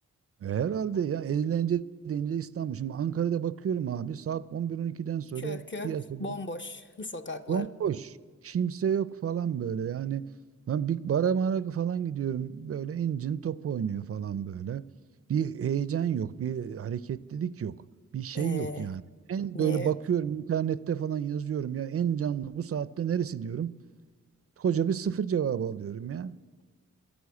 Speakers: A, on the right; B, on the left.
A: E, Herhalde ya eğlence deyince İstanbul. Şimdi Ankara'da bakıyorum abi saat 11-12'den sonra
B: Köh köh
A: piyasa
B: bomboş
A: böyle.
B: <laughs> sokaklar.
A: bomboş. Kimse yok falan böyle yani. Ben bir bara mara falan gidiyorum böyle incin top oynuyor falan böyle. Bir heyecan yok, bir hareketlilik yok, bir şey
B: Ee,
A: yok yani. En
B: ne
A: böyle bakıyorum internette falan yazıyorum ya en canlı bu saatte neresi diyorum. Koca bir sıfır cevabı alıyorum ya.